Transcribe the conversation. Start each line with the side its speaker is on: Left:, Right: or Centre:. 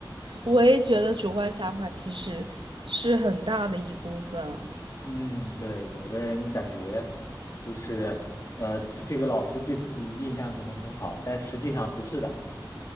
Right: 我也觉得主观想法其实是很大的一部分。
Left: 嗯，对，有的人感觉就是呃，这这个老师对自己印象可能很好，但实际上不是的。